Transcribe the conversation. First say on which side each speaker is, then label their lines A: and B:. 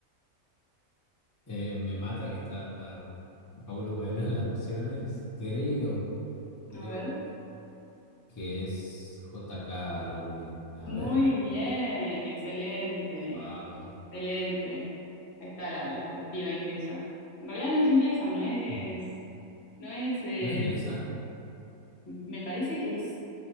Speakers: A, on the left (about 25°); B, on the left (about 55°).
A: Eh, me mata que está Paulo Coelho en las opciones. Creo, creo
B: A ver.
A: que es J K Rowling. A
B: Muy
A: ver,
B: bien, excelente,
A: vamos.
B: excelente. Ahí está la, la, la piba inglesa. En realidad no es inglesa, no es,
A: <laughs>
B: no es, eh,
A: ¿No es inglesa?
B: me parece que es